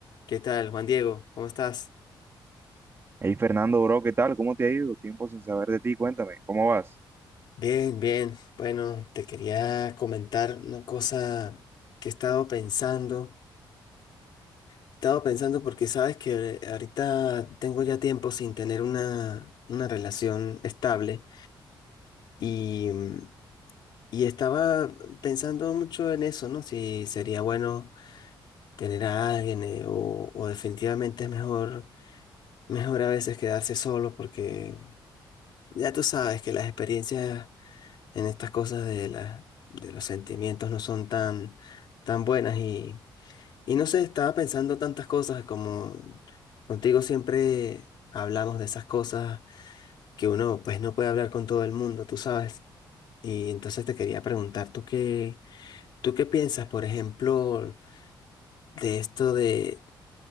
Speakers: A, on the left; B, on the right.
A: ¿Qué tal, Juan Diego? ¿Cómo estás?
B: Hey Fernando, bro, ¿qué tal? ¿Cómo te ha ido? Tiempo sin saber de ti, cuéntame, ¿cómo vas?
A: Bien, bien. Bueno, te quería comentar una cosa que he estado pensando. He estado pensando porque sabes que ahorita tengo ya tiempo sin tener una, una relación estable y, mm, y estaba pensando mucho en eso, ¿no? Si sería bueno tener a alguien eh, o, o definitivamente es mejor, mejor a veces quedarse solo porque ya tú sabes que las experiencias en estas cosas de la, de los sentimientos no son tan, tan buenas y, y no sé, estaba pensando tantas cosas como contigo siempre hablamos de esas cosas que uno pues no puede hablar con todo el mundo, tú sabes. Y entonces te quería preguntar, ¿tú qué, tú qué piensas, por ejemplo, de esto de